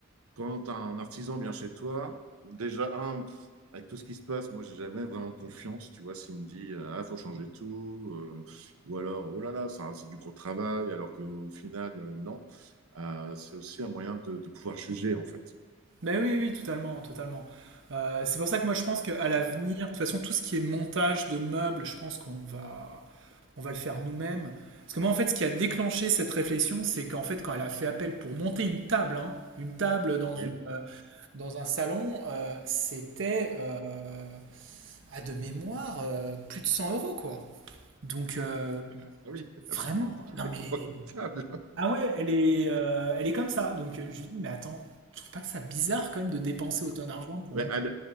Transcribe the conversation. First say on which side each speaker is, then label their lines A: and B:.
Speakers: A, on the right; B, on the right.
A: quand t'as un artisan vient chez toi, déjà, un, pff, avec tout ce qui se passe, moi, j'ai jamais vraiment confiance, tu vois, s'il me dit, euh, ah, faut changer tout, euh, ou alors, oh là là, ça, c'est du gros travail, alors qu'au final, euh, non. Euh, c'est aussi un moyen de, de pouvoir juger, en fait.
B: Ben oui, oui, totalement, totalement. Euh, c'est pour ça que moi je pense qu'à l'avenir, de toute façon, tout ce qui est montage de meubles, je pense qu'on va, on va le faire nous-mêmes. Parce que moi, en fait, ce qui a déclenché cette réflexion, c'est qu'en fait, quand elle a fait appel pour monter une table, hein, une table dans une,
A: Oui,
B: euh, dans un salon, euh, c'était euh, à de mémoire euh, plus de 100 euros, quoi. Donc, euh,
A: Ah oui, <laughs>
B: Vraiment? Non
A: épouvantable.
B: mais... Ah ouais, elle est, euh, elle est comme ça. Donc euh, je lui dis, mais attends, je trouve pas que ça bizarre quand même de dépenser autant d'argent pour
A: Mais
B: moi.
A: à la,